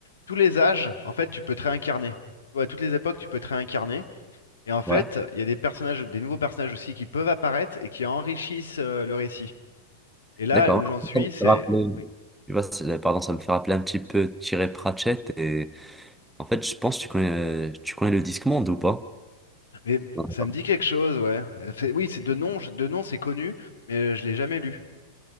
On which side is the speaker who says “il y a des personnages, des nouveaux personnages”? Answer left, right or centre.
Left